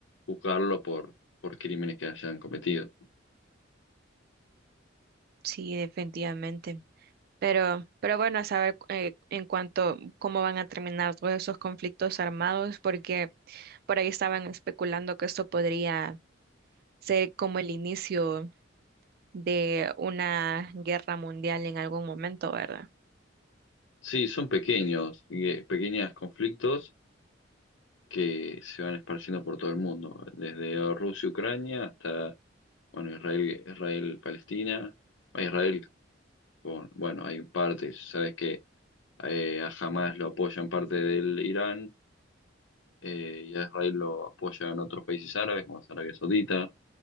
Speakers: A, on the left; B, on the right.
A: juzgarlo por, por crímenes que hayan cometido.
B: Sí, definitivamente. Pero, pero bueno, a saber eh, en cuanto cómo van a terminar todos esos conflictos armados, porque por ahí estaban especulando que esto podría ser como el inicio de una guerra mundial en algún momento, ¿verdad?
A: Sí, son pequeños, y, eh, pequeños conflictos que se van esparciendo por todo el mundo, desde Rusia, Ucrania hasta bueno, Israel, Israel, Palestina, Israel con, bueno, hay partes, sabes que eh, a Hamas lo apoyan parte del Irán eh, y a Israel lo apoyan otros países árabes como es Arabia Saudita.